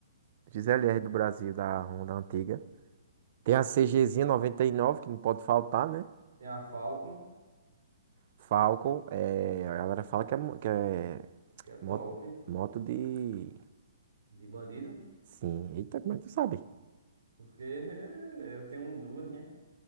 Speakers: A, on the right (about 50°); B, on the right (about 75°).
A: XLR do Brasil, da Honda antiga. Tem a CGzinha 99, que não pode faltar, né?
B: Tem a Falcon,
A: Falcon. É, a galera fala que é, mo- que é
B: que é top,
A: moto, moto de.
B: de bandido.
A: Sim. Eita, como é que tu sabe?
B: Porque <laughs> eu tenho um, duas, né?